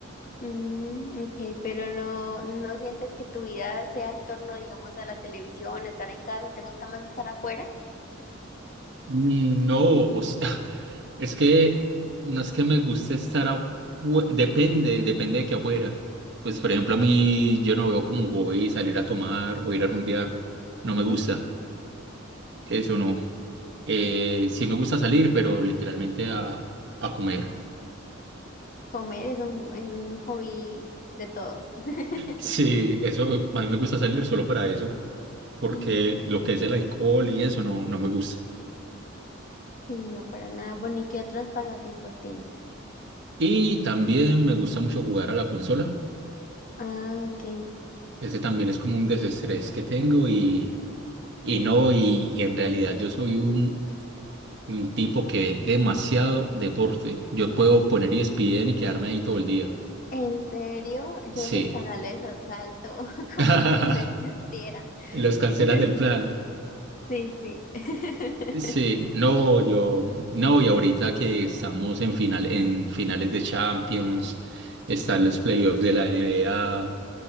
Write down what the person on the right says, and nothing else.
Mm, No, o sea, <laughs> es que no es que me guste estar afuera, depende, depende de que afuera. Pues, por ejemplo, a mí yo no veo como un hobby salir a tomar o ir a rumbear, no me gusta,
eso no. Eh, sí me gusta salir, pero literalmente a, a comer. <laughs>
Sí, eso, a mí me gusta salir solo para eso, porque
lo que es el alcohol y eso no, no me gusta.
Y también me gusta mucho jugar a la consola.
Ese también es como un desestrés que tengo y, y no, y, y en realidad yo soy un, un tipo que ve demasiado deporte. Yo puedo poner ESPN y quedarme ahí todo el día.
Sí.
<laughs>
Los cancelas
del plan.
Sí, no, yo, no, y ahorita que estamos en final, en finales de Champions, están los playoffs de la NBA,